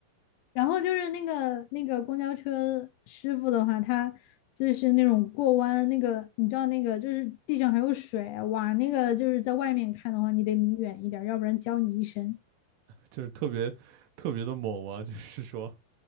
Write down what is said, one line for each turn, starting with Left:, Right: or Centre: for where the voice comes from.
Left: 然后就是那个那个公交车师傅的话，他就是那种过弯，那个你知道那个就是地上还有水，哇，那个就是在外面看的话，你得离远一点儿，要不然浇你一身。
Right: 就是特别特别的猛啊，就是说。